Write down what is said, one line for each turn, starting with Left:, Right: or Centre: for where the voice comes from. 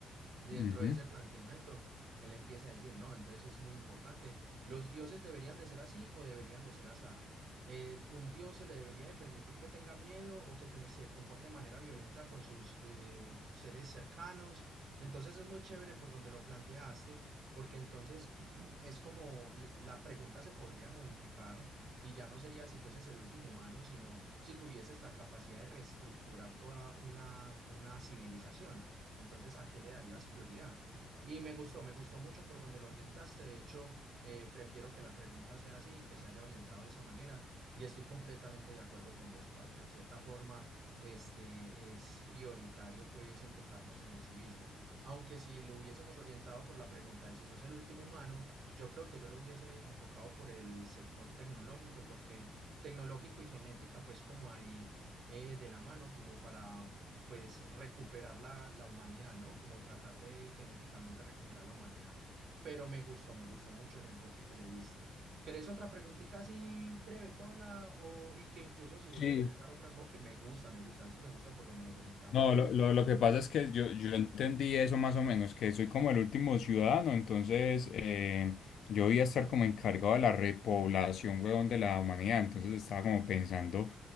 Right: Y
Left: Ujú.
Right: dentro de ese planteamiento, él empieza a decir, no, entonces es muy importante, los dioses deberían de ser así o deberían de ser asá. Eh, un dios se le debería de permitir que tenga miedo o que te- se comporte de manera violenta con sus eh, seres cercanos. Entonces es muy chévere por donde lo planteaste, porque entonces <clears throat> es como l- la pregunta se podría modificar y ya no sería si fueses el último humano, sino si tuvieses la capacidad de reestructurar toda una, una civilización. Entonces, ¿a qué le darías prioridad? Y me gustó, me gustó mucho por donde lo orientaste. De hecho, eh, prefiero que la pregunta sea así, que se haya orientado de esa manera. Y estoy completamente de acuerdo con vos, parce. De cierta forma, este es prioritario, pues, enfocarnos en el civismo. Aunque si lo hubiésemos orientado por la pregunta de si sos el último humano, yo creo que yo lo hubiese enfocado por el sector tecnológico, porque tecnológico y genética, pues, como ahí eh, de la mano, como para pues recuperar la, la humanidad, ¿no? Como tratar de genéticamente recuperar la humanidad. Pero me gustó, me gustó mucho el enfoque que le diste. ¿Querés otra preguntita así breve, Tola? O, y que incluso si vos
Left: Sí,
Right: le querés dar otro enfoque, me gusta, me gusta, es que me gusta por donde nos orientamos.
Left: No, lo, lo, lo que pasa es que yo, yo entendí eso más o menos, que soy como el último ciudadano, entonces eh, yo voy a estar como encargado de la repoblación, huevón, de la humanidad, entonces estaba como pensando